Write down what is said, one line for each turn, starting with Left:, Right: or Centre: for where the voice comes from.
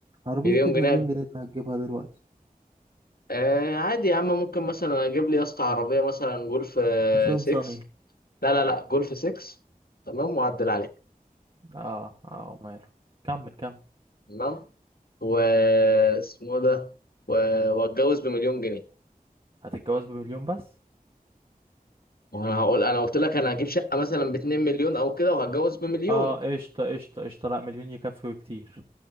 Right: عربية
Left: مليون
Right: بمليون
Left: جنيه
Right: جنيه اللي هتجيبها دلوقتي
Left: آه عادي يا عم ممكن مثلا اجيب لي يا اسطى عربيه مثلا جولف آه،
Right: نيسان
Left: 6
Right: صني
Left: لا لا لا جولف 6 تمام واعدل عليها
Right: اه اه وماله كمل كمل
Left: تمام واسمه ده و- واتجوز بمليون جنيه
Right: هتتجوز بمليون بس
Left: ما انا هقول انا قلت لك انا هجيب شقه مثلا ب 2 مليون او كده وهتجوز بمليون
Right: اه قشطة قشطة قشطة لا مليون يكفي وكتير